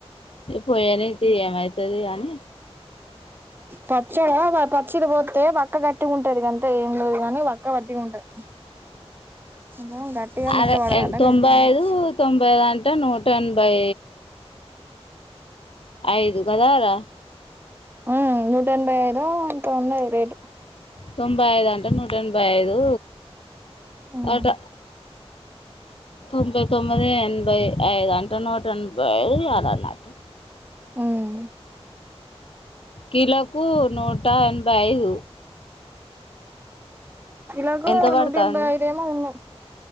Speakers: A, on the left (about 60°); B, on the right (about 20°).
A: పోయనది ఏమైతుది అని
B: పచ్చడా పచ్చిది పోతే పక్క గట్టిగా ఉంటది కంతే ఏం లేదు కాని పక్క వట్టిగా ఉంటది కొంచెం గట్టిగా
A: ఆ అర
B: మెత్తపడదట
A: తొంభైదు
B: గట్టిగా ఉంటది
A: తొంభైదు అంటా నూట్ టెన్ బై ఐదు గదార
B: ఉమ్ నూట ఎనభై ఐదు ఎంతో ఉన్నది రేటు
A: తొంభై యిదు అంటే నూట ఎనభై ఐదు
B: ఉమ్
A: అట తొంభై తొమ్మిది ఎనభై ఐదు అంటే నూట ఎనభై ఐదు ఎాల అన్నటు
B: ఉమ్
A: కిలోలకు నూట ఎనభై ఐదు
B: కిలోకు
A: ఎంత
B: నూట
A: పడుతుంది
B: యన భై ఐదు ఏయో ఉన్నాయి